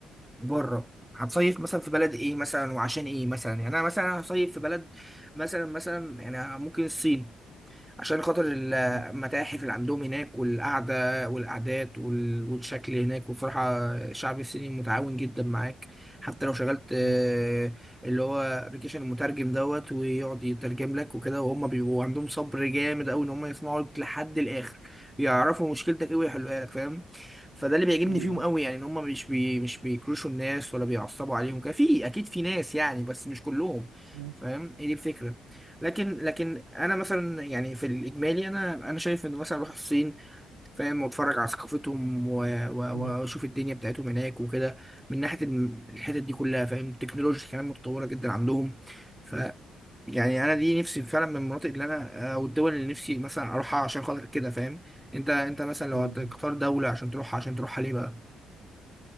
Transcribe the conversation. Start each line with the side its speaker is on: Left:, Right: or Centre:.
Centre: بره هتصيف مثلا في بلد ايه مثلا وعشان ايه مثلا يعني انا مثلا هصيف في بلد مثلا مثلا يعني ممكن الصين عشان خاطر المتاحف
Right: مم.
Centre: اللي عندهم هناك والقعدة والقعدات وال- والشكل هناك وبصراحة الشعب الصيني متعاون جدا معاك حتى لو شغلت آه،
Right: مم.
Centre: اللي هو ابلكيشن المترجم دوت ويقعد يترجم لك وكده وهم بيبقوا عندهم صبر جامد قوي ان هم يسمعوا لك لحد الاخر يعرفوا مشكلتك ايه ويحلوها لك فاهم فده اللي بيعجبني
Right: مم.
Centre: فيهم قوي يعني ان هم مش بي مش بيكروشوا الناس ولا بيعصبوا عليهم كده في اكيد في ناس يعني بس مش كلهم
Right: مم.
Centre: فاهم هي دي الفكرة لكن لكن انا مثلا يعني في الاجمالي انا انا شايف ان مثلا اروح الصين فاهم واتفرج على ثقافتهم و- و-
Right: مم.
Centre: واشوف الدنيا بتاعتهم هناك وكده من ناحيه الم- الحتت دي كلها فاهم التكنولوجيا كمان متطوره جدا عندهم ف يعني انا دي نفسي فعلا من المناطق اللي انا او الدول اللي نفسي مثلا اروحها عشان خاطر كده فاهم انت انت مثلا لو
Right: مم.
Centre: هتختار دوله عشان تروحها عشان تروحها ليه بقى